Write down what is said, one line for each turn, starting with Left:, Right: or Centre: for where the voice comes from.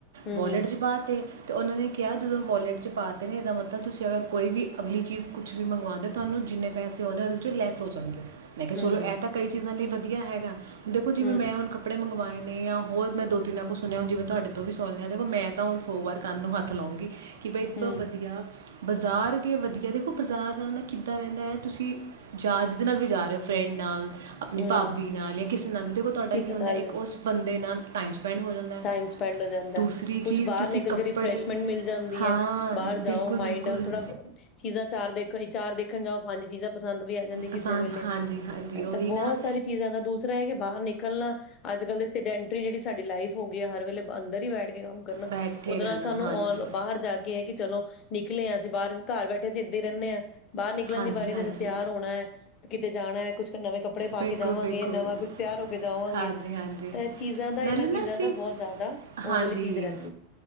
Left: ਹੂੰ,
Right: ਵੋਲਟ
Left: ਹੂੰ
Right: ਚ ਪਾ ਤੇ ਅਤੇ ਉਹਨਾਂ ਨੇ ਕਿਹਾ ਜਦੋਂ ਵੋਲੇਟ 'ਚ ਪਾਤੇ ਨੇ ਇਹਦਾ ਮਤਲਬ ਤਾਂ ਤੁਸੀਂ ਅਗਰ ਕੋਈ ਵੀ ਅਗਲੀ ਚੀਜ਼ ਕੁਛ ਵੀ ਮੰਗਵਾਦੇ ਹੋ ਤੁਹਾਨੂੰ ਜਿੰਨੇ ਪੈਸੇ ਆਉਂਦੇ ਉਹਦੇ ਵਿੱਚੋਂ ਲੈਸ ਹੋ ਜਾਣਗੇ। ਮੈਂ ਕਿਹਾ
Left: ਹੂੰ
Right: ਚਲੋ
Left: ਜੀ
Right: ਐ ਤਾਂ ਕਈ ਚੀਜ਼, ਲਈ ਵਧੀਆ ਹੈਗਾ। ਦੇਖੋ ਜਿਵੇਂ
Left: ਹੂੰ,
Right: ਮੈਂ ਹੁਣ ਕੱਪੜੇ ਮੰਗਵਾਏ ਨੇ ਜਾਂ ਹੋਰ ਮੈਂ ਦੋ-ਤਿੰਨਾਂ ਕੋਲੋਂ ਸੁਣਿਆ ਹੁਣ ਜਿਵੇਂ ਤੁਹਾਡੇ ਤੋਂ ਵੀ ਸੁਣ ਲਿਆ ਦੇਖੋ ਮੈਂ ਤਾਂ ਹੁਣ ਸੌ ਵਾਰ ਕੰਨ ਨੂੰ ਹੱਥ ਲਾਉਂਗੀ ਕਿ ਬਈ ਇਸ
Left: ਹੂੰ,
Right: ਤੋਂ ਵਧੀਆ ਬਾਜ਼ਾਰ ਗਏ ਵਧੀਆ ਦੇਖੋ ਬਜ਼ਾਰ ਜਾਣ ਦਾ ਕਿੱਦਾਂ ਰਹਿੰਦਾ ਹੈ ਤੁਸੀਂ, ਜਾ ਜਿਹਦੇ ਨਾਲ ਵੀ ਜਾ ਰਹੇ ਹੋ ਫਰੈਂਡ ਨਾਲ ਆਪਣੀ
Left: ਹੂੰ
Right: ਭਾਬੀ ਨਾਲ ਜਾਂ ਕਿਸੇ ਨਾਲ ਵੀ ਦੇਖੋ ਤੁਹਾਡਾ
Left: ਕਿਸੇ
Right: ਕੀ ਹੁੰਦਾ
Left: ਨਾਲ
Right: ਇੱਕ
Left: ਵੀ
Right: ਉਸ ਬੰਦੇ ਨਾਲ ਟਾਈਮ ਸਪੈਂਡ ਹੋ ਜਾਂਦਾ ਹੈ
Left: ਟਾਈਮ ਸਪੈਂਡ ਹੋ ਜਾਂਦਾ,
Right: ਦੂਸਰੀ ਚੀਜ਼
Left: ਕੁਛ ਬਾਹਰ
Right: ਤੁਸੀਂ
Left: ਨਿਕਲ
Right: ਕੱਪੜੇ
Left: ਕੇ ਰਿਫਰੈਸ਼ਮੈਂਟ ਮਿਲ ਜਾਂਦੀ
Right: ਹਾਂ
Left: ਹੈ ਬਾਹਰ ਜਾਓ
Right: ਬਿਲਕੁਲ
Left: ਮਾਈੰਡ
Right: ਬਿਲਕੁਲ
Left: ਥੋੜਾ, ਚੀਜ਼ਾਂ ਚਾਰ ਦੇਖੋ ਚਾਰ ਦੇਖਣ ਜਾਓ ਪੰਜ ਚੀਜ਼ਾਂ ਪਸੰਦ ਵੀ ਆ ਜਾਂਦੀ ਕਿਸੇ
Right: ਪਸੰਦ
Left: ਵੇਲੇ,
Right: ਹਾਂਜੀ ਹਾਂਜੀ ਉਹੀ
Left: ਤਾਂ ਬਹੁਤ
Right: ਨਾ
Left: ਸਾਰੀ ਚੀਜ਼ਾਂ ਦਾ ਦੂਸਰਾ ਹੈ ਕਿ ਬਾਹਰ ਨਿਕਲ ਨਿਕਲਣਾ ਅੱਜਕੱਲ ਦੇ ਖਡੈਨਟਰੀ ਜਿਹੜੀ ਸਾਡੀ ਲਾਈਫ ਹੋ ਗਿਆ ਹਰ ਵੇਲੇ ਅੰਦਰ ਹੀ ਬੈਠ ਕੇ ਕੰਮ ਕਰਨਾ
Right: ਬੈਠੇ
Left: ਉਹਦੇ
Right: ਰਹਿਣਾ
Left: ਨਾਲ ਸਾਨੂੰ
Right: ਹਾਂਜੀ
Left: ਬਾਹਰ ਜਾ ਕੇ ਹੈ ਕੀ ਚਲੋ ਨਿਕਲੇ ਹਾਂ ਅਸੀਂ ਬਾਹਰ ਘਰ ਬੈਠੇ ਇਦਾਂ ਹੀ ਰਹਿੰਨੇ ਆ। ਬਾਹਰ ਨਿਕਲਣ
Right: ਹਾਂਜੀ
Left: ਦੀ ਵਾਰੀ
Right: ਹਾਂਜੀ
Left: ਨੇ ਤਾਂ ਤਿਆਰ ਹੋਣਾ ਹੈ। ਕਿਤੇ ਜਾਣਾ ਹੈ ਕੁਛ ਨਵੇਂ ਕੱਪੜੇ ਪਾ
Right: ਬਿਲਕੁਲ
Left: ਕੇ ਜਾਵਾਂਗੇ
Right: ਬਿਲਕੁਲ
Left: ਨਵਾਂ ਕੁੱਝ ਤਿਆਰ ਹੋ ਕੇ ਜਾਵਾਂਗੇ।
Right: ਹਾਂਜੀ ਹਾਂਜੀ
Left: ਤਾਂ ਇਹ ਚੀਜ਼ਾਂ ਦਾ
Right: ਨਾਲੇ
Left: ਇਹਨਾਂ ਚੀਜ਼ਾਂ
Right: ਨਾ ਅਸੀਂ,
Left: ਦਾ ਬਹੁਤ ਜ਼ਿਆਦਾ ਉਹ
Right: ਹਾਂਜੀ,
Left: ਵਾਲੀ ਚੀਜ਼ ਰਹਿੰਦੀ